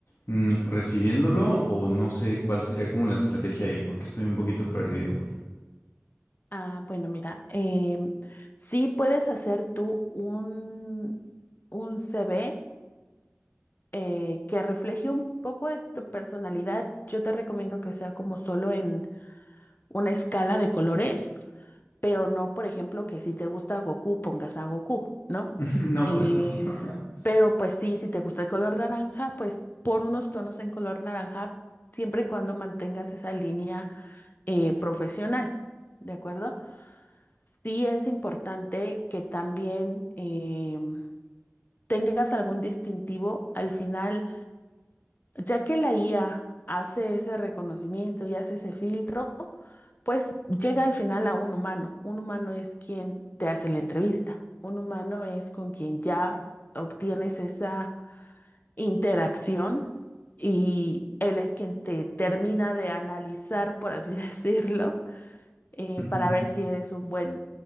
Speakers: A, on the left; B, on the left.
A: mm, recibiéndolo o no sé cuál sería como la estrategia ahí porque estoy un poquito perdido.
B: Ah, bueno, mira, em, sí puedes hacer tú un, un CV eh, que refleje un poco de tu personalidad. Yo te recomiendo que sea como solo en una escala de colores, pero no, por ejemplo, que si te gusta Goku, pongas a Goku, ¿no?
A: <laughs> No,
B: Eh,
A: pues no. <laughs>
B: Pero pues sí, si te gusta el color naranja, pues pon unos tonos en color naranja siempre y cuando mantengas esa línea eh, profesional, ¿de acuerdo? Sí es importante que también eh, tengas algún distintivo al final, ya que la IA hace ese reconocimiento y hace ese filtro, pues llega al final a un humano. Un humano es quien te hace la entrevista. Un humano es con quien ya obtienes esa interacción y él es quien te termina de analizar, por así <laughs> decirlo, eh,
A: Ujú.
B: para ver si eres un buen,